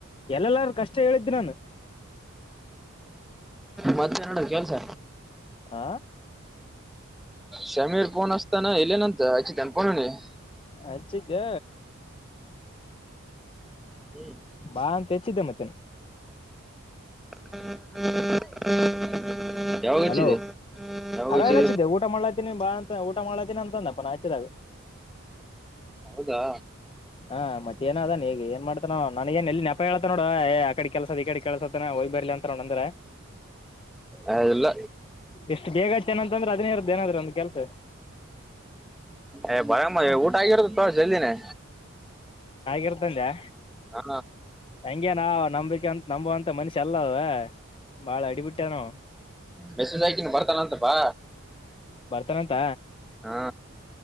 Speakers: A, on the left (about 25°); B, in the centre.
A: ಎಲ್ಲಲ್ಲಾರಕಷ್ಟ ಹೇಳಿದ್ದ ನಾನು.
B: ಮತ್ತೆನ್ ನಡದ್ ಕೆಲ್ಸ.
A: ಆ
B: ಸಮೀರ ಫೋನ ಹಸ್ತನ್ ಎಲ್ಲಹನಂತ್ ಹಚ್ಚಿದೆನ್ ಫೋನ ಅವ್ನಿಗ್.
A: ಅಚ್ಚಿದ್ಯ.
B: ಹ್ಮ್
A: ಬಾ ಅಂತ ಹೆಚ್ಚಿದ್ದೆ ಮತ್ತೆ.
B: ಹ್ಮ್ಮ ಹ್ಮ <unintelligible> ಯಾವಾಗಚ್ಚಿದೆ
A: ಹಲೋ
B: ಯಾವಾಗಚ್ಚಿದಿ.
A: ಆಗಾಗ ಹಚ್ಚಿದ್ದೆ ಊಟ ಮಾಡ್ಲ ತಿನಿ ಬಾ ಅಂತ ಊಟ ಮಾಡ್ಲತಿನಂದಪ್ಪಾ ನಾ ಹಚ್ಚಿದಾಗ.
B: ಹೌದಾ
A: ಹಾ ಮತ್ತೇನ ಅದಾನ ಈಗ ಏನ್ ಮಾಡತಾನೊ ನನ್ಗೆನ್ ಎಲ್ಲಿ ನೆಪ ಹೇಳ್ತನೋಡ ಏ ಆಕಡಿ ಕೆಲ್ಸದ ಈಕಡಿ ಕೆಲ್ಸತ್ತನ ಹೋಗ್ ಬರ್ಲಿಂತ. ತರುಣಂದ್ರ್ಯಾ.
B: ಏ ಇಲ್ಲ
A: ಎಷ್ಟು ಬೇಗ ಹಚ್ಚ್ಯನನಂತಂದ್ರ ಅದನೆ ಇರ್ತ ಏನಾದ್ರು ಒಂದ ಕೆಲ್ಸ.
B: ಏ ಬರಮ್ ಊಟ ಆಗಿರ್ತತೋ ಜಲ್ದಿನೇ.
A: ಆಗಿರ್ತಂದ್ಯಾ.
B: ಹಾ
A: ಹೆಂಗೇನಾ ನಂಬಿಕೆ ನಂಬುವಂತ ಮನುಷ್ಯ ಅಲ್ಲದ ಬಾಳ ಹಡಿಬಿಟ್ಟೇನವ.
B: ಮೆಸಜ್ ಹಾಕಿನಿ ಬರ್ತಾನಂತ ಬಾ.
A: ಬರ್ತಾನಂತ
B: ಹಾ